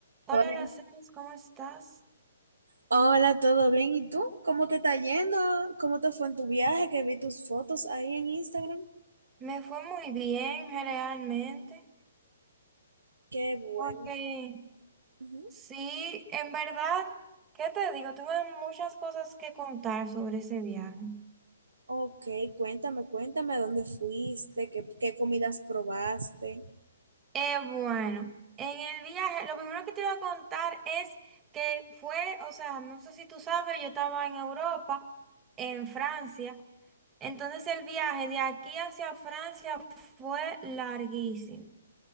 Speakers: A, on the right (about 20°); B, on the right (about 85°).
A: Hola,
B: Hola,
A: Aracelis, ¿cómo estás?
B: hola, ¿todo bien? ¿Y tú? ¿Cómo te está yendo? ¿Cómo te fue en tu viaje? Que vi tus fotos ahí en Instagram.
A: Me fue muy bien, realmente.
B: Qué bueno.
A: Porque
B: Ujú.
A: sí, en verdad, ¿qué te digo? Tengo muchas cosas que contar sobre ese viaje.
B: Ok, cuéntame, cuéntame a dónde fuiste, qué, qué comidas probaste.
A: Eh, bueno, en el viaje, lo primero que te iba a contar es que fue, o sea, no sé si tú sabes, yo estaba en Europa, en Francia. Entonces el viaje de aquí hacia Francia fue larguísimo.